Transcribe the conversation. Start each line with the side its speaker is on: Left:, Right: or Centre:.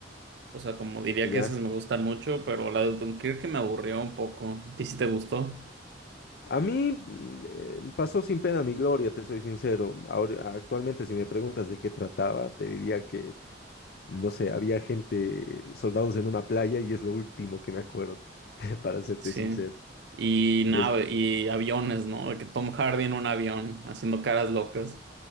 Right: O sea, como diría
Left: ¿ya?
Right: que esas me gustan mucho, pero la de Dunkirk me aburrió un poco. ¿A ti sí te gustó?
Left: A mí mm, eh, pasó sin pena ni gloria, te soy sincero. Ahora, actualmente, si me preguntas de qué trataba, te diría que No sé, había gente, soldados en una playa y es lo último que me acuerdo, <laughs> para serte
Right: Sí.
Left: sincero.
Right: Y
Left: Des-
Right: nave, y aviones, ¿no? De Que Tom Hardy en un avión, haciendo caras locas.